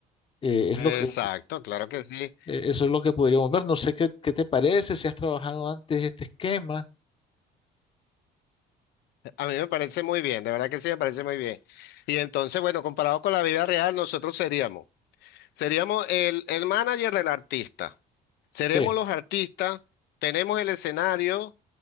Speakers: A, on the left; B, on the left.
A: Eh, es
B: Exacto,
A: lo que, eh,
B: claro que sí.
A: eso es lo que podríamos ver. No sé qué, qué te parece, si has trabajado antes este esquema.
B: A mí me parece muy bien, de verdad que sí me parece muy bien. Y entonces, bueno, comparado con la vida real, nosotros seríamos, seríamos el, el manager del artista. Seremos
A: Sí.
B: los artistas, tenemos el escenario.